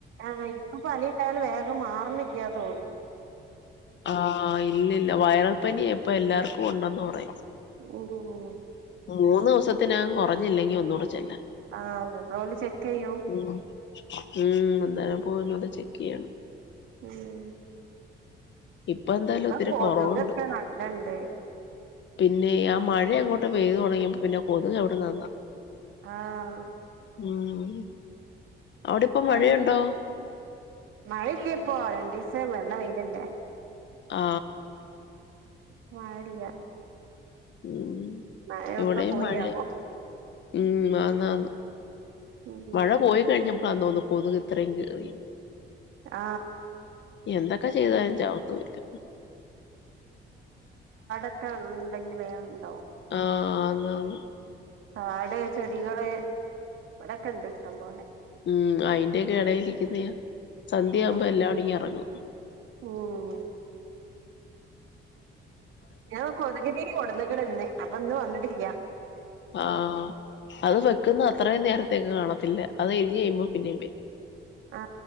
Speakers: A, on the right; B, on the left.
A: ആഹ് ഇപ്പോ പനി ണ്ടായാലും വേഗം മാറണി ല്ലാട്ടോ
B: ആ ഇല്ല ഇല്ല വയറൽപ്പനി എപ്പൊ എല്ലാർക്കും ഉണ്ടെന്ന് പറയും
A: ഉം ഉം
B: മൂന്ന് ദിവസത്തിനകും കുറഞ്ഞില്ലെങ്കിൽ ഒന്നുകൂടെ ചെല്ല
A: ആഹ് ല്ലോ ഓല് ചെക്ക് ചെയ്യും
B: ഉം ഉം എന്താലെ പോവുന്നത ചെക്ക് ചെയ്യണം
A: ഉം
B: ഇപ്പൊ എന്തായാലും ഒത്തിരി
A: ആ കൊതുുകൊക്കെ
B: കുറവുണ്ട്
A: നല്ലണ്ട്
B: പിന്നെ ആ മഴ അങ്ങോട്ട് പെയ്തു തുടങ്ങിയ്പ പിന്നെ കൊത്ത് എവിടുന്നന്ന്
A: ആഹ്
B: ഉം അവിടെ ഇപ്പ മഴയുണ്ടോ
A: ആ മ്മ് മഴല്ലപ്പോ രണ്ടീസായ് നല്ല വെയ് ല്ലല്ല
B: ആ
A: മയല്ല
B: ഉം
A: മയെവുട്ക്കാ
B: ഇവിടെയും
A: പോയിയാവോ
B: മഴ ഉം ആന്നാന്ന്
A: ഉം
B: മഴ പോയി കഴിഞ്ഞ വന്നോന്ന് കൊതുക് ഇത്രയും കേറീ ന്ന്
A: ആ
B: എന്തൊക്കെ ചെയ്താലും ചാവത്തുല്ല
A: ച്ചെ ഇണ്ടെങ്കിൽ വേം ഉണ്ടാവും
B: ആ ആന്നാന്ന്
A: കാട് ചെടികള് വടൊക്കെണ്ട് ഇഷ്ടംമ്പോലെ
B: ഉം അയിന്റെയൊക്കെ എടേലിരിക്കുന്നയാ സന്ധ്യയാവുമ്പോ
A: ഉം
B: എല്ലാങ്കൂടിം ഇങെറങ്ങും
A: ഉം ഞാൻ കൊതുക് തിരി കൊട്ന്ന്ക്ക്ണ്ന്ന് അപ്പൊ ഇന്ന് വന്നിട്ട് ഇന്നില്ല
B: ആ അത് വെക്കുന്ന അത്രയും നേര ത്തിന് കാണത്തില്ല അത് കഴിഞ് കഴിയുമ്പോ പിന്നേംവെര്
A: ആ